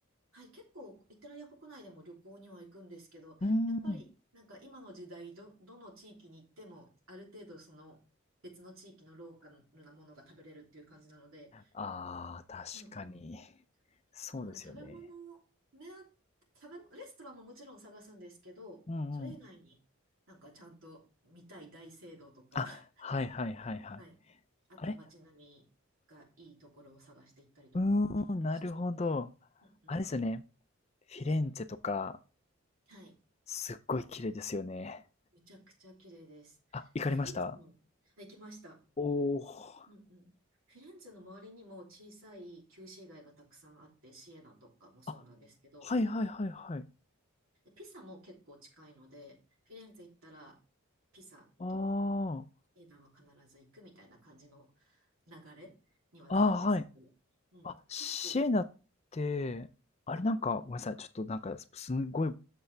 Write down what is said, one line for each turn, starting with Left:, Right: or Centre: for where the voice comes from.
Right: はい。結構、イタリア国内でも旅行には行くんですけど、
Left: ーん。
Right: やっぱり、なんか今の時代、ど、どの地域に行っても、ある程度その別の地域のローカルなものが食べれるっていう感じなので、
Left: ああ、確かに。
Right: うんうん
Left: そうですよね。
Right: なので食べ物目当て、食べ、レストランももちろん探すんですけど、
Left: うんうん。
Right: それ以外になんかちゃんと見たい大聖堂とか、
Left: あ、
Right: <laughs>
Left: はいはいはいはい。
Right: はい。あと街並みがいいところを探していったりとかっていうのをしていて、
Left: あれうーん、なるほど。
Right: うんうん。
Left: あれですよね。フィレンツェとか、
Right: はい。
Left: すっごい綺麗ですよね。
Right: めちゃくちゃ綺麗です。
Left: あ、行かれました
Right: で、フィレンツェの、あ、行きました。
Left: おー。
Right: うんうん。フィレンツェの周りにも小さい旧市街がたくさんあって、シエナとかもそうなんですけど、
Left: あ、はいはいはいはい。
Right: ピサも結構近いので、フィレンツェ行ったらピサと
Left: あ
Right: エナは必ず行くみたいな感じの流れにはなるんですけど、
Left: あ、ああ、はい。
Right: うん、
Left: あ、シエナって、
Right: 結構、
Left: あれなんか、ごめんなさい。ちょっとなんか、すすんごい、